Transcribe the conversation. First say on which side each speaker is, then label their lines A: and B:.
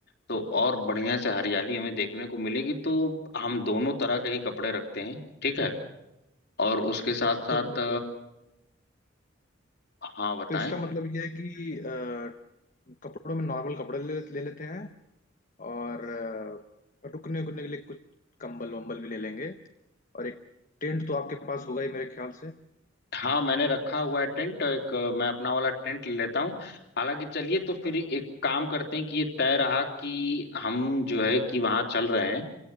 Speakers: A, on the left (about 60°); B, on the left (about 40°).
A: तो और बढ़िया से हरियाली हमें देखने को मिलेगी तो हम दोनों तरह के ही कपड़े रखते हैं ठीक है और उसके साथ साथ
B: तो
A: हाँ बताएं
B: तो इसका मतलब ये है कि अ, कपड़ों में नॉर्मल कपड़े ले, ले लेते हैं और अ, रुकने उकने के लिए कुछ कंबल वंबल भी ले लेंगे और एक टेंट तो आपके पास होगा ही मेरे ख्याल से
A: हाँ मैंने रखा हुआ है टेंट तो एक अ, मैं अपना वाला टेंट ले लेता हूँ हालांकि चलिए तो फिर एक काम करते हैं कि ये तय रहा कि हम जो है कि वहाँ चल रहे हैं